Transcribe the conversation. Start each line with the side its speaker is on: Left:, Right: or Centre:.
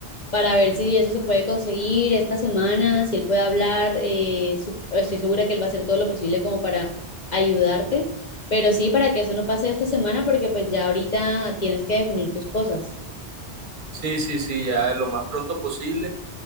Left: para ver si eso se puede conseguir esta semana, si él puede hablar. eh, su- estoy segura que él va a hacer todo lo posible como para ayudarte, pero sí, para que eso no pase esta semana, porque pues ya ahorita tienes que definir tus cosas.
Right: Sí, sí, sí, ya lo más pronto posible,